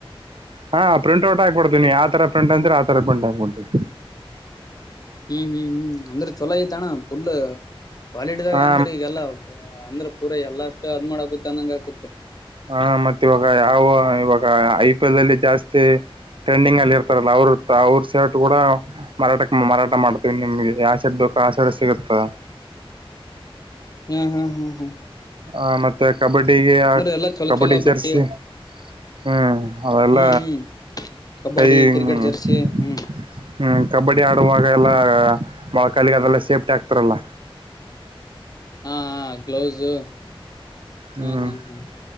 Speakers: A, on the right (about 60°); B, on the left (about 40°).
A: ಹಾ ಪ್ರಿಂಟ್ ಔಟ್ ಆಕೊಡ್ತೀನಿ, ಯಾತರ ಪ್ರಿಂಟ್ ಅಂತಿರೋ ಆತರ ಪ್ರಿಂಟ್ ಆಕೊಡ್ತೀನಿ.
B: ಹ್ಮ್ ಹ್ಮ್ ಹ್ಮ್. ಅಂದ್ರೆ ಚಲೋ ಐತಣ. ಫುಲ್ ಕ್ವಾಲಿಟಿದಾಗ
A: ಹಾ
B: ಅಂದ್ರ ಈ ಎಲ್ಲಾ ಅಂದ್ರ ಪೂರ ಎಲ್ಲ ಅಷ್ಟು ಅದ್ <unintelligible> ಮಾಡಾಕುತ್ತ ಅಂದಂಗ ಆಕ <unintelligible> <inaudible>
A: ಹ ಮತ್ತ ಇವಾಗ ಯಾವ ಇವಾಗ ಐ ಪಿ ಎಲ್ ಅಲ್ಲಿ ಜಾಸ್ತಿ ಟ್ರೆಂಡಿಂಗ್ ಅಲ್ಲಿ ಇರ್ತಾರಲ್ಲ, ಅವ್ರ ಅವ್ರ ಸರ್ಟ್ ಕೂಡ ಮಾರಾಟಕ್ ಮಾರಾಟ ಮಾಡ್ತೀವಿ ನಿಮ್ಗೆ. ಯಾವ್ ಸರ್ಟ್ ಬೇಕೋ ಆ ಸರ್ಟ್ ಸಿಗುತ್ತಾ
B: ಹ್ಮ್ ಹಾ ಹೂಂ ಹೂಂ.
A: ಆ ಮತ್ತೆ, ಕಬಡ್ಡಿಗೆ ಆ
B: ಎಲ್ಲಾ ಚೊಲೋ
A: ಕಬಡ್ಡಿ
B: ಚೊಲೋ
A: ಜರ್ಸಿ.
B: ಬಟ್ಟಿ
A: ಹ್ಮ್ ಅವೆಲ್ಲ
B: ಹ್ಮ್ ಹ್ಮ್ ಕಬಡ್ಡಿ
A: ಕೈ <unintelligible>
B: ಕ್ರಿಕೆಟ್ ಜರ್ಸಿ ಹ್ಮ್
A: ಹ್ಮ <unintelligible> ಕಬಡ್ಡಿ ಆಡುವಾಗ ಎಲ್ಲ, ಮೊಳ್ಕಾಲಿಗೆ ಅದೆಲ್ಲ ಸೇಫ್ಟಿ ಆಕ್ತಾರಲ್ಲಾ?
B: ಹಾ ಹ ಗ್ಲೌಸು,
A: ಹ್ಮ್
B: ಹ್ಮ ಹ್ಮ ಹ